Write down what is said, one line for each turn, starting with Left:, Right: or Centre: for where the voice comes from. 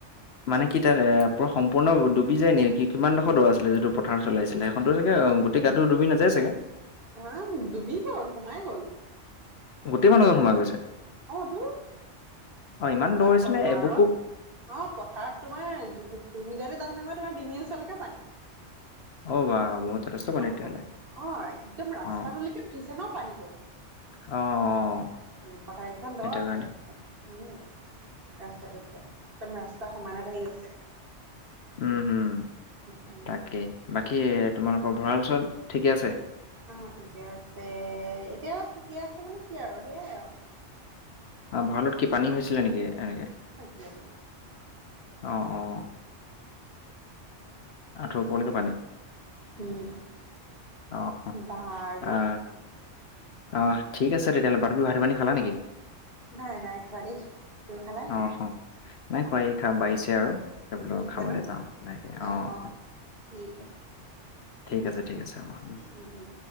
Left: মানে কি তা'ত এ' পুৰা সম্পূৰ্ণ ডুবি যায় নেকি? কিমানডোখৰ দৌ আছিলে যিটো পথাৰ চলাইছিলে। সেইখনটো চাগে গোটেই গাটো ডুবি নাযায় চাগৈ?
Right: হাঁ ডুবি গ'ল, সোমাই গ'ল।
Left: গোটেই মানুহটো সোমাই গৈছে?
Right: অ তো
Left: অ' ইমান দ
Right: তা'ত
Left: হৈছে
Right: পথাৰত।
Left: নে এবুকো
Right: অঁহ', পথাৰত তোমাৰ তুমি যদি জান ন মই তোমাৰ ডিঙিৰ ওচৰলৈকে পানী।
Left: অ' বা বহুত। যথেষ্ট পানী
Right: অঁহ',
Left: তেতিয়াহ'লে।
Right: - অঁহ ', -একদম ৰাস্তাটোলৈকে
Left: অ' অ'
Right: উঠিছে ন পানীটো।
Left: অ'
Right: উম' পথাৰকেইখন দ'
Left: সেইটো
Right: আছে।
Left: কাৰণে।
Right: উম' ৰাস্তাটোকে, একদম ৰাস্তা সমানত আহি গৈছে।
Left: উমঁ, হুম।
Right: উম।
Left: তাকেই। বাকী তোমালোকৰ ভঁৰাল-চৰাল ঠিকে আছে।
Right: অঁহ ', -ঠিকে আছে, এতিয়া ঠিকে আছে মানে কি আৰু সেইয়াই আৰু।
Left: অঁ ভঁৰালত কি পানী
Right: তোমাৰ
Left: হৈছিলে নেকি এনেকৈ?
Right: হৈছিলে তোমাৰ
Left: অঁহ', -অঁহ', -। আঁঠু ওপৰলৈকে পানী।
Right: উম।
Left: অঁহ', -অঁহ',
Right: বাৰু
Left: -। অঁহ', ঠিক আছে তেতিয়াহ'লে। বাকী' ভাত-পানী খালা নেকি?
Right: নাই-নাই, নাই খোৱা দেই। তুমি খালা
Left: অ'
Right: নেকি?
Left: অ', নাই খোৱা, এই খাম বাঢ়িছে আৰু। বোলো
Right: বাঢ়িছে
Left: খাবলৈ
Right: ন
Left: যাওঁ ভাতকে। অঁহ',
Right: অ অ ঠিক
Left: -ঠিক আছে, ঠিক আছে। হ'ব। উম।
Right: উম-উম।